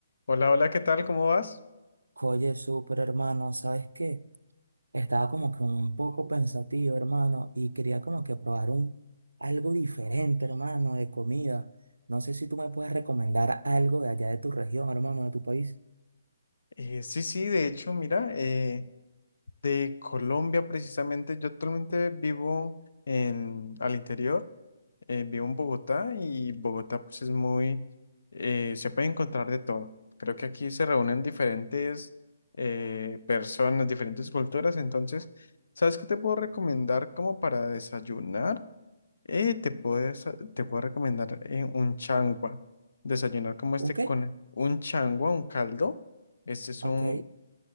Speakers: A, on the left (about 75°); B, on the right (about 80°).
A: Hola, hola, ¿qué tal? ¿Cómo vas?
B: Oye, súper hermano, ¿sabes qué? Estaba como que un poco pensativo, hermano, y quería como que probar un algo diferente, hermano, de comida. No sé si tú me puedes recomendar algo de allá de tu región, hermano, de tu país.
A: Eh, sí, sí, de hecho, mira, eh, de Colombia precisamente, yo actualmente vivo en, al interior, eh, vivo en Bogotá y Bogotá pues es muy, eh, se puede encontrar de todo. Creo que aquí se reúnen diferentes eh, personas, diferentes culturas, entonces, ¿sabes qué te puedo recomendar como para desayunar? Eh, te puedes, te puedo recomendar eh, un changua. Desayunar como este
B: ¿Un qué?
A: con un changua, un caldo. Este es
B: Ok.
A: un,